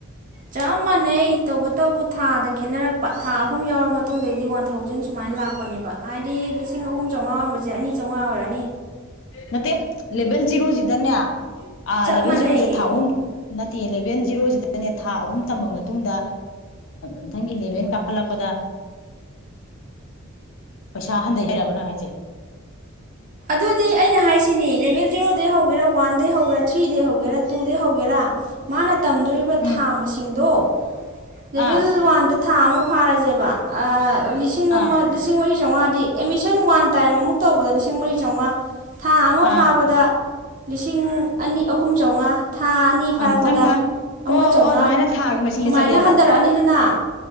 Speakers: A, on the right; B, on the left.
A: ꯆꯞ ꯃꯥꯟꯅꯩ ꯇꯧꯕꯇꯕꯨ ꯊꯥꯗ ꯈꯦꯠꯅꯔꯛꯄ ꯊꯥ ꯑꯍꯨꯝ ꯌꯥꯎꯔ ꯃꯇꯨꯡꯗꯩꯗꯤ ꯋꯥꯟ ꯊꯥꯎꯖꯟ ꯁꯨꯃꯥꯏꯅ ꯂꯥꯛꯄ ꯄꯅꯦꯕ ꯍꯥꯏꯗꯤ ꯂꯤꯁꯤꯡ ꯑꯍꯨꯝ ꯆꯥꯝꯃꯉꯥ ꯑꯣꯏꯣꯟꯕꯁꯦ ꯑꯅꯤ ꯆꯣꯡꯉ ꯑꯣꯏꯔꯦ
B: ꯃꯦ ꯂꯦꯕꯦꯜ ꯖꯖꯤꯔꯣ ꯅꯌꯥ ꯑꯥ
A: ꯆꯞ
B: ꯑꯦꯂꯚꯦꯟ
A: ꯃꯥꯟꯅꯩꯌꯦ
B: ꯖꯤꯦꯔꯣꯁꯦ ꯊꯥ ꯑꯍꯨꯝ ꯅꯠꯇꯦ ꯑꯦꯂꯚꯦꯟ ꯖꯤꯔꯣꯁꯤꯗꯅꯦ ꯊꯥ ꯑꯍꯨꯝ ꯇꯝꯃ ꯃꯇꯨꯡꯗ ꯃꯊꯪꯒꯤ ꯏꯂꯦꯚꯦꯟ ꯀꯥꯈꯠꯂꯛꯄꯗ ꯄꯩꯁꯥ ꯍꯟꯊꯩ ꯍꯩꯔꯕꯅ ꯍꯥꯏꯁꯦ
A: ꯑꯗꯨꯗꯤ ꯑꯩꯅ ꯍꯥꯏꯁꯤꯅꯤ ꯂꯦꯚꯦꯜ ꯖꯦꯔꯣꯗꯩ ꯍꯧꯒꯦꯔꯥ ꯋꯥꯟꯗꯩ ꯍꯧꯒꯦꯔꯥ ꯊ꯭ꯔꯤꯗꯩ ꯍꯧꯒꯦꯔꯥ ꯇꯨꯗꯒꯤꯩ ꯍꯧꯒꯦꯔꯥ ꯃꯥꯅ ꯇꯝꯗꯣꯔꯤꯕ
B: ꯎꯝ
A: ꯊꯥ ꯃꯁꯤꯡꯗꯣ ꯔꯕꯜ
B: ꯑꯥ
A: ꯋꯥꯗ ꯊꯥ ꯑꯃ ꯐꯥꯔꯁꯦꯕ ꯂꯤꯁꯤꯡ
B: ꯑꯥ
A: ꯑꯃ ꯂꯤꯁꯤꯡ ꯃꯔꯤ ꯆꯥꯝꯃꯉꯥꯗꯤ ꯑꯦꯠꯃꯤꯁꯟ ꯋꯥꯟ ꯇꯥꯏꯝ ꯑꯃꯨꯛ ꯇꯧꯕꯗ ꯂꯤꯁꯤꯡ ꯃꯔꯤ ꯆꯧꯉ ꯊꯥ ꯑꯃ
B: ꯑꯥ
A: ꯐꯥꯕꯗ <unintelligible> ꯂꯤꯁꯤꯡ ꯑꯅꯤ ꯑꯍꯨꯝ ꯆꯥꯝꯃꯉꯥ ꯊꯥ ꯑꯅꯤ ꯐꯥꯔꯛꯄꯗ
B: ꯑꯥ ꯃꯊꯪ ꯊꯥ
A: ꯑꯃ
B: ꯑꯣ ꯑꯣ
A: ꯆꯥꯝꯃꯉꯥ
B: ꯑꯣ ꯑꯗꯨꯃꯥꯏꯅ ꯊꯥꯒꯤ ꯃꯁꯤꯡꯗ
A: ꯁꯨꯃꯥꯏꯅ
B: ꯆꯠꯂꯦꯕ
A: ꯍꯟꯊꯔꯛꯑꯅꯤꯗꯨꯅ